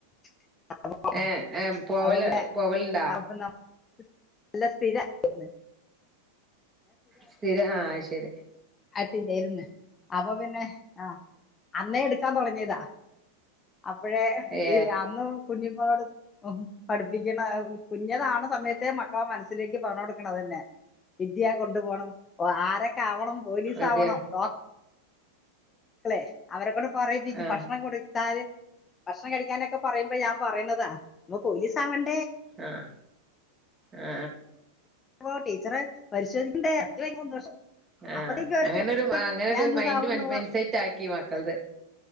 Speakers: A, on the left (about 20°); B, on the right (about 20°).
A: ച്ച് അ അപ്പൊ
B: ഏ ഏ പോവല്
A: അപോപിന്നെ
B: പോവലുണ്ടാ
A: <unintelligible> അല്ല സ്തിര യിന്ന്
B: സ്ഥിരം ആ ഐശെരി
A: ആയിട്ടില്ലാര്ന്ന് അപ്പൊ പിന്നെ ആ അന്നേ എട് ക്കാൻ തുടങ്ങിയതാ അപ്പഴേ
B: ഏ
A: ഇഅന്ന് കുഞ്ഞ ളോട് പഠിപ്പിക്കണ കുഞ്ഞത ആണ് സമയത്തെ മക്കളെ മനസ്സിലേക്ക് പറഞ്ഞ കൊടുക്കണ തന്നെ വിദ്യാ കൊണ്ടു പോകണം ആരൊക്കെ ആവണം പോലീസ്
B: അതെ
A: ആവണംഡോ ല്ലെ അവരെക്കൊണ്ട് പറയിപ്പിക്കും
B: ആ
A: ഭക്ഷണം കൊടുത്താല് ഭക്ഷണം കഴിക്കാനൊക്കെ പറയുമ്പോ ഞാൻ പറയ്ണതാ നമ്മപോലീസ ആവ ൻ
B: ആഹആ ആ
A: അപ്പൊ ടീച്ചറേ പരിശോധിക്കണ്ടേ അ സന്തോഷം
B: ആ
A: അപ്പത്തേക്ക് ഓരോരുത്തർ
B: അങ്ങനരു അങ്ങനെ ഒരു
A: ഞാൻ ഇന്നതാവൂന്ന്
B: മൈൻഡറ് മൈസെറ്റ് ആക്കി മക്കളത്